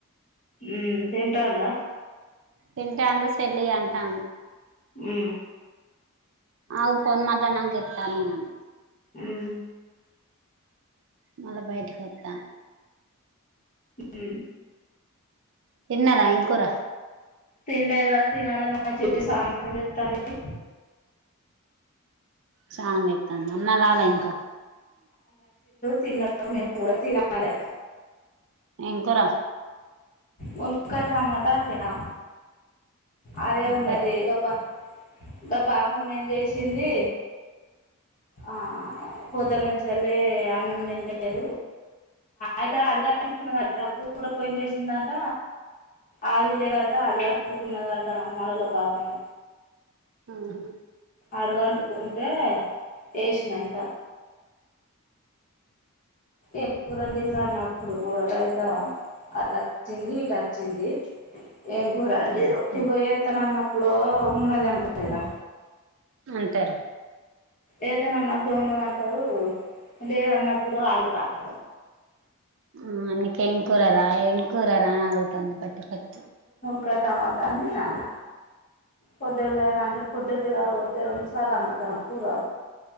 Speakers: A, on the left (about 35°); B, on the right (about 60°).
A: ఉ తింటాండ
B: తింటాండు సెల్లు ఇయ్యి అంటా
A: ఉ
B: ఆ ఫోన్ మళ్ళా నాకు ఇతాను నన్న
A: ఉమ్
B: మళ్ళా బయటికి వత్త
A: ఉ
B: తిన్నార ఏం కూర
A: తినలేదురా తినాలి మా చెట్టి సానంగా చెప్తాంది
B: చానా చెప్తాను అన్న రాలా ఇంకా
A: తినద్దు నేను కూడా తినాలే
B: ఏం కూర
A: వంకాయ టమాటా వండిన అదే
B: ఉప్పేట
A: ఉన్నది గబ్బా ఇంకా బాగమ్మేం చేసింది ఆ పొద్దు నుంచి సర్లే అన్నం దినలేదు అయితే అడగానుకున్నది నాకు కూర పోయి వేసిందట ఆది లేదట అది అడుకున్నదాట అమ్ మాటల బాపన్న
B: ఆహా
A: అడుగంటుకుంటే వేసినంట ఇప్పుడు వండిందని అప్పుడు కూడ అయిత అటు వచ్చింది ఇటు వచ్చింది ఏం కూరడిరు
B: ఆ తిను
A: ఇవ ఏతన అన్నప్పుడు ఉన్నది అంట కదా
B: అంటరు
A: ఏతను అన్నప్పుడు ఉన్నా అంటారు లేదన్నప్పుడు అడుగుతాంట
B: ఆ అందుకేం కూర రా ఏం కూర రా అని అడుగుతుంది పట్టి పట్టి
A: కో టమాట అని నేనన్నా పొద్దులే అంటే పొద్దు ఇలా వద్దు రెండు సార్లు వండుతున కూర